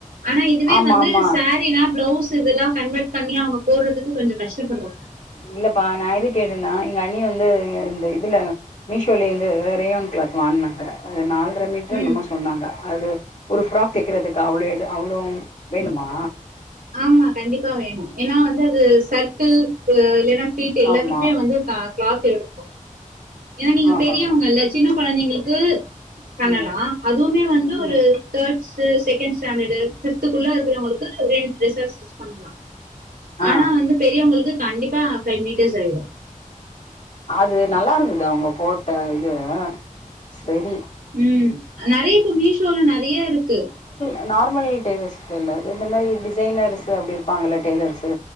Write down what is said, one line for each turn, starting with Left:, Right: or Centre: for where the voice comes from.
Right: ஆனா இதுவே
Left: ஆமா
Right: வந்து
Left: ஆமா
Right: சா ரீன்னா பிளவுஸ் இதெல்லா கன்வெர்ட் பண்ணி அவங்க போடுறதுக்கு கொஞ்சோ கஷ்டப்பட்றாங்க
Left: இல்லப்பா நா எதுக்கு கேட்டேன்னா எங்க அண்ணி வந்து ய இந்த இதுல மீஷோல இருந்து ரேயான் கிளாத் வாங்குனாங்க அது நால்ர மீட்ரோ
Right: ம்
Left: என்னமோ சொன்னாங்க அது ஒரு ஃபிராக் தைக்கிறதுக்கு அவ்ளோ இது அவ்ளோ வேணுமா
Right: ஆமா கண்டிப்பா வேணு ஏன்னா வந்து அது சர்க்கிள் க்கு இல்லைன்னா ஃபீட்டு எல்லாத்துக்குமே
Left: ஆமா
Right: வந்து கா கிளாத் எடுக்கு ஏன்னா நீங்க
Left: ஆஹா
Right: பெரியவங்க இல்ல சின்ன கொழந்தைங்களுக்கு பண்ணலா
Left: ம்
Right: அதுவுமே வந்து
Left: ம்
Right: ஒரு தேர்ட் ஸ்ட்டு செகண்ட் ஸ்டாண்டர்டு ஃபிஃப்த்துக்குள்ள இருக்கிறவங்களுக்கு ரெண்டு டிரெஸ்ஸா ஸ்டிச் பண்லா
Left: ஆ
Right: ஆனா வந்து பெரியவங்களுக்கு கண்டிப்பா ஃபைவ் மீட்டர்ஸ் ஆயிடு
Left: அது நல்லா இருந்துதா அவங்க போட்ட இது செரி
Right: ம் நெறைய இப்ப மீஷோல நெறைய இருக்கு
Left: அ நார்மல் டெய்லர்ஸ்கிட்ட இல்ல இது இந்த மாரி டிசைனர்ஸு அப்டி இருப்பாங்கல்ல டெய்லர்ஸு